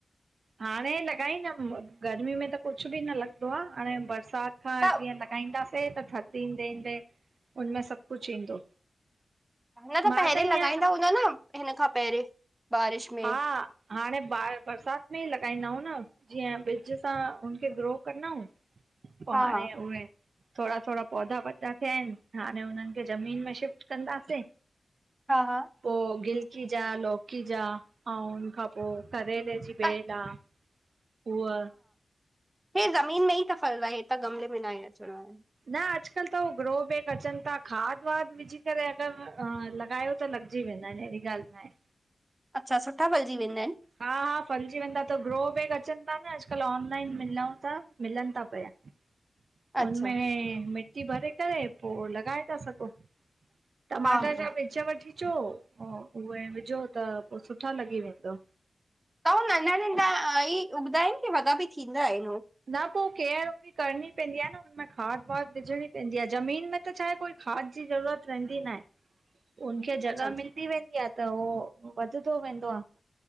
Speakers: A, on the right (about 70°); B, on the right (about 20°).
A: हाणे लॻाईंदम गर्मी में त कुझु बि न लॻंदो आहे हाणे बरसात बरसात खां
B: त
A: जीअं लॻाईंदासीं त थध ईंदे ईंदे हुनमें सभु कुझु ईंदो।
B: न
A: मां
B: त पहिरें
A: ईअं
B: लगॻाईंदा हूंदा न हिन खां पहिरीें बारिश में
A: हा हाणे बा बरसात में ई लॻाईंदाऊयूं न। जीअं बिज सां हुनखे ग्रो कदांऊं पोइ
B: हा
A: हाणे
B: हा
A: उहे थोरा थोरा पौधा वॾा थिया आहिन हाणे हुननि खे ज़मीन में शिफ्ट कंदासीं।
B: हा हा
A: पो गिलकी जा लौकी जा ऐं हुन खां पोइ करेले जी
B: त
A: भेल आहे- हुव
B: हेे ज़मीन में ई त फल र ह हे त गमले में न आहे अचदा
A: न अॼुकल्ह त हो ग्रो बेक अचन था खाद वाद विझी करे अगर लॻायो त लगदा जी वेंदा आहेन अहिड़ी ॻालहि न आहे।
B: अच्छा सुठा पलिजी वेंदा आहिन?
A: हा हा फलिजी वेंदा त ग्रो बग अचनि था न अॼुकल्ह ऑनलाइन मिलूं था मिलनि था पिया।
B: <inaudible>
A: हुनमें
B: अच्छा
A: मिटी भरे करे पोइ लॻाए था संघो टमाटर
B: हा हा
A: जा बीज वठी अचो उहे विझो त पोइ सुठा लॻी वेंदो व।
B: त हू नंढा नंढा ई उगंदा आहिन की वडा बि थींदा आहिन हू?
A: न पोइ केयर ओडी करणी पवंदी आहे न हुनमें खाद वाद विझणी पवंदी आहे ज़मीन में त छाहे कोई खाद जी ज़रूरत वेंदी न आहे।
B: <inaudible>
A: हुनखे जॻह
B: अच्छा
A: मिलदी वेंदी आ त हो वधंदो वेंदो आ।